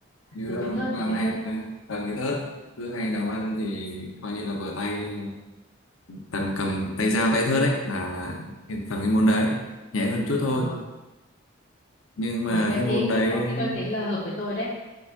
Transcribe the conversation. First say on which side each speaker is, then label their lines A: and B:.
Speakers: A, on the left; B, on the left.
A: như
B: giống
A: là
B: kiến thức
A: bà
B: rồi kiến
A: này
B: thức
A: ừ. tầm cái thớt cứ hay nấu ăn thì coi như là vừa tay tầm cầm tay dao tay thớt đấy là là tầm cái môn đấy nhẹ hơn chút thôi
B: Ờ,
A: nhưng mà
B: được đấy
A: cái môn
B: thế
A: đấy
B: có khi tôi thấy là hợp với tôi đấy